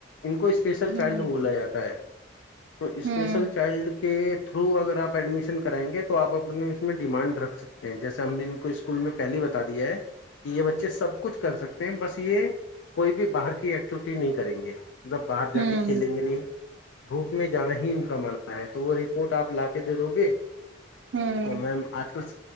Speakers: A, on the left; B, on the right.
A: ان کو اسپیشل
B: ہوں
A: چائلڈ بولا جاتا ہے تو اسپیشل
B: ہوں
A: چائلڈ کے تھرو اگر آپ ایڈمیشن کرائیں گے تو آپ اب اس میں ڈیمانڈ رکھ سکتے ہیں جیسے ہم نے ان کو اسکول میں پہل بتا دیا ہے کہ یہ بچے سب کچھ کر سکتے ہیں بس یہ کوئی بھی باہر کی ایکٹیوٹی نہیں کریں گے مطلب باہر جا
B: ہوں
A: کے کھیلیں گے نہیں دھوپ میں جانا ہی ان کا ماننا ہے تو وہ کوورٹ آپ لا کے دے دو گے
B: ہوں
A: تو میم آج کل